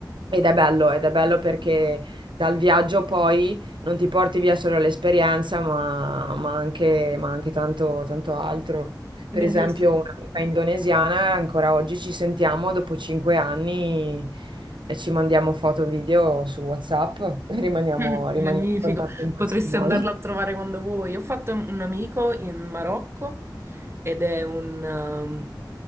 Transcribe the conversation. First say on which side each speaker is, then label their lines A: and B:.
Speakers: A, on the right (about 85°); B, on the right (about 35°).
A: ed è bello, ed è bello perché dal viaggio poi non ti porti via solo l'esperienza, ma, ma anche, ma anche tanto, tanto altro.
B: Bellissimo.
A: Per esempio, un'amica indonesiana, ancora oggi ci sentiamo dopo cinque anni e ci mandiamo foto e video su WhatsApp, <laughs> rimaniamo,
B: <laughs>
A: rimaniamo
B: Magnifico,
A: in contatto in questo
B: potresti
A: modo.
B: andarla
A: <laughs>
B: a trovare quando vuoi. Ho fatto un amico in Marocco ed è un, ehm,